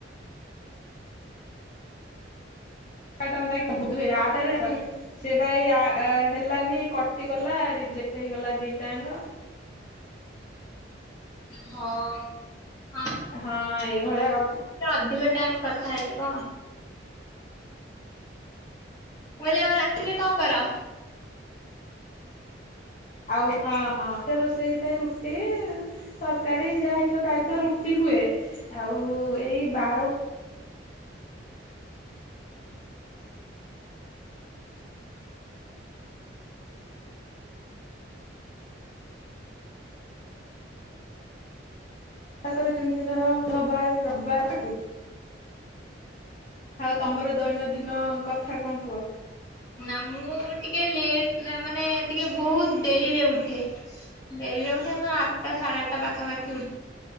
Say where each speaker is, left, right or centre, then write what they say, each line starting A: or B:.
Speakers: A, on the left (about 35°); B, on the left (about 20°).
A: କାଟନ୍ତାକି ବୋଧହୁଏ ଆପଟା ରେ <unintelligible> ସେଏବା ଏଇ ଆ-ଆ-ହେଲାନି କଟିଗଲା ରି ଯେତେ ହେଇଗଲା ଦିଟା ଆଙ୍କ।
B: <inaudible> ହଁ ଆ।
A: ହଁ ଏଇଭଳିଆ କଥା।
B: ଅଧିକ ଟାଇମ କଥା ହେଇଯିବ। ମୁଁ କଇଲି ଆଉ ରାତିରେ କଣ କର?
A: ଆଉ ହଁ ହଁ ରୋଷେଇ ହେଇଥାଏ ରୁଟି ତରକାରୀ ଯାହା ହେଇଥିବ ପ୍ରାୟତଃ ରୁଟି। ହୁଏ ଆଉ ଏଇ ବାର କରେ ଯେମିତିକି ଧର ଭବାର ରବିବାରକୁ ଆଉ ତମର ଦୈନଦିନ କଥା କଣ କୁଅ?
B: ନା ମୁଁ ଟିକେ ଲେଟ ମାନେ ଟିକେ ବହୁତ ଡେରିରେ ଉଠେ। ଡେରିରେ ଉଠେ ମୁଁ ଆଟା ସାଢ଼େ ଆଟା ପାଖାପାଖି ଉ